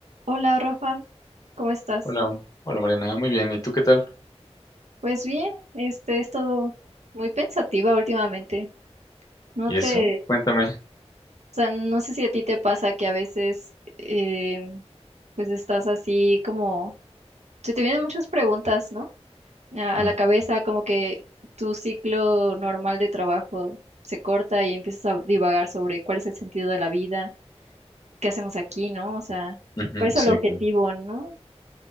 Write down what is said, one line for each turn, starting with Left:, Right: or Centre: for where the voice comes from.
Right: Hola Rafa, ¿cómo estás?
Left: Hola, hola Mariana, muy bien. ¿Y tú qué tal?
Right: Pues bien, este he estado muy pensativa últimamente. No
Left: ¿Y
Right: te,
Left: eso? Cuéntame.
Right: o sea, no sé si a ti te pasa que a veces eh, pues estás así como se te vienen muchas preguntas, ¿no? A,
Left: Hola.
Right: a la cabeza, como que tu ciclo normal de trabajo se corta y empiezas a divagar sobre cuál es el sentido de la vida, qué hacemos aquí, ¿no? O sea,
Left: Ujú,
Right: cuál es
Left: sí,
Right: el objetivo,
Left: cl-
Right: ¿no?